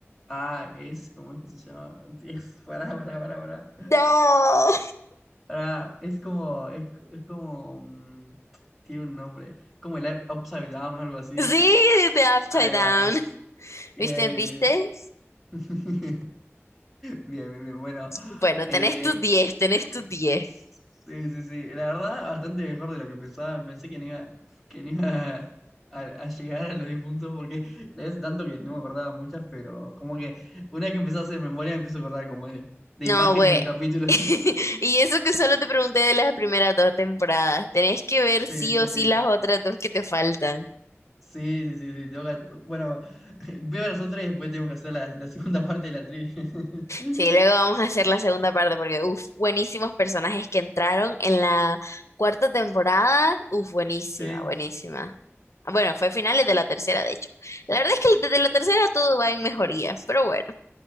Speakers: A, in the centre; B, on the left.
A: Ah, es, ¿cómo es que se llama? Dios, pará, pará, pará, pará.
B: No.
A: Pará, Es como, es, es como, mm, tiene un nombre, como el Upside Down o algo así.
B: Sí, de Upside
A: Ahí
B: Down.
A: va, bien, bien,
B: ¿Viste?
A: bien,
B: ¿Viste?
A: bien. <laughs> Bien, bien, bien. Bueno,
B: Bueno,
A: eh,
B: tenés tus 10, tenés tus 10.
A: sí, sí, sí. La verdad, bastante mejor de lo que pensaba. Pensé que no iba, que no iba a, a llegar a los 10 puntos porque la hice tanto que no me acordaba muchas, pero como que una vez que empecé a hacer memoria, me empiezo a acordar como de, de
B: No,
A: imágenes
B: güey.
A: de los capítulos.
B: <laughs>
A: <laughs>
B: Y eso que solo te pregunté de las primeras dos temporadas. Tenés que ver
A: Sí,
B: sí
A: sí,
B: o
A: sí.
B: sí las otras dos que te faltan.
A: Sí, sí, sí, sí. tengo que- bueno, <laughs> veo las otras y después tengo que hacer la, la segunda <laughs> parte de la trivia. <laughs>
B: Sí, luego vamos a hacer la segunda parte porque, uff, buenísimos personajes que entraron en la cuarta temporada. Uff, buenísima,
A: Sí.
B: buenísima. Ah, Bueno, fue finales de la tercera, de hecho. La verdad es que desde la tercera todo va en mejoría, pero bueno,